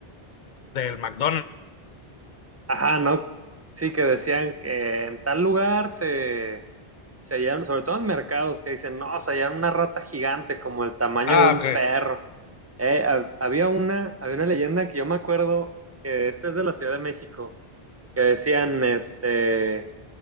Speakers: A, on the left; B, on the right.
A: Del McDonald's.
B: Ajá, ¿no? Sí, que decían que en tal lugar se, se hallaron, sobre todo en mercados, que dicen, no, se hallaron una rata gigante como el tamaño
A: Ah,
B: de un
A: ok.
B: perro. Eh, ha- había una, había una leyenda que yo me acuerdo, que esta es de la Ciudad de México que decían este,